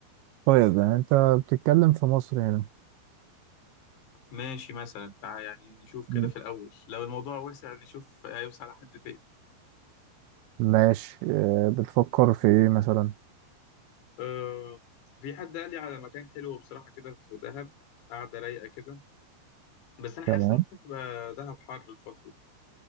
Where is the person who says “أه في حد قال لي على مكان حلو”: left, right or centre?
Left